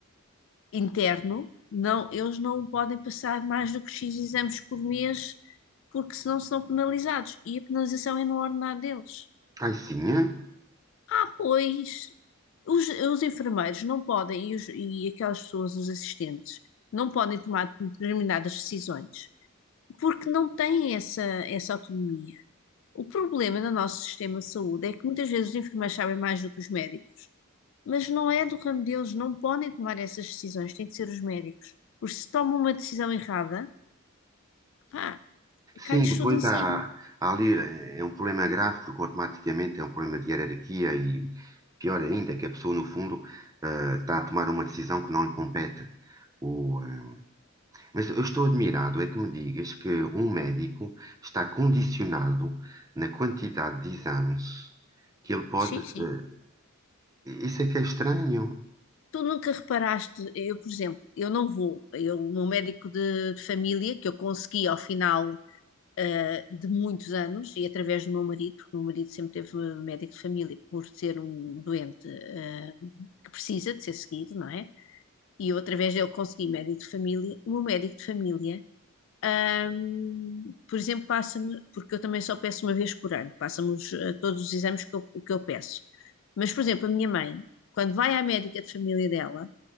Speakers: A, on the left; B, on the right.
A: interno, não, eles não podem passar mais do que X exames por mês, porque senão são penalizados e a penalização é no ordenado deles.
B: ai, sim. eh?
A: Ah, pois, os, os enfermeiros não podem, e, os- e aquelas pessoas, os assistentes, não podem tomar determinadas decisões, porque não têm essa, essa autonomia. O problema do nosso sistema de saúde é que muitas vezes os enfermeiros sabem mais do que os médicos, mas não é do ramo deles, não podem tomar essas decisões, têm de ser os médicos. Porque se tomam uma decisão errada, pá, cai-lhes
B: Sim, depois
A: tudo em cima.
B: há, há ali. eh, É um problema grave, porque automaticamente é um problema de hierarquia e pior ainda, que a pessoa, no fundo, eh, está a tomar uma decisão que não lhe compete. O, eh, Mas eu estou admirado é que me digas que um médico está condicionado na quantidade de exames que ele pode.
A: Sim,
B: eh,
A: sim.
B: Isso é que é estranho.
A: Tu nunca reparaste, eu, por exemplo, eu não vou, eu, o meu médico de, de família, que eu consegui ao final ah, de muitos anos, e através do meu marido, porque o meu marido sempre teve médico de família por ser um doente ah, que precisa de ser seguido, não é? E eu, através dele, consegui médico de família. O meu médico de família, ah, por exemplo, passa-me, porque eu também só peço uma vez por ano, passa-me os- eh, todos os exames que eu, que eu peço. Mas, por exemplo, a minha mãe, quando vai à médica de família dela,